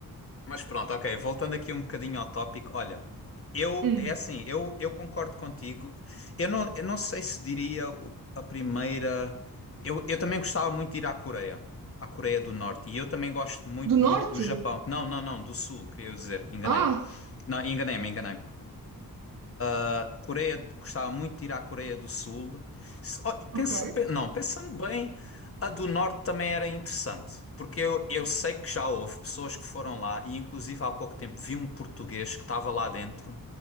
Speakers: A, on the left; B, on the right.
A: mas pronto, ok. Voltando aqui um bocadinho ao tópico, olha, eu,
B: Hum.
A: é assim, eu, eu concordo contigo. Eu não, eu não sei se diria o- a primeira. Eu, eu também gostava muito de ir à Coreia, à Coreia do Norte. E eu também gosto muito,
B: Do norte?
A: muito do Japão. Não, não, não, do Sul, queria dizer, enganei-me.
B: Ah,
A: Não, enganei-me, enganei-me. Ah, Coreia, gostava muito de ir à Coreia do Sul. Se- ó, pensa-
B: ok.
A: pe- não, pensando bem, a do Norte também era interessante, porque eu, eu sei que já houve pessoas que foram lá, e inclusive há pouco tempo vi um português que estava lá dentro,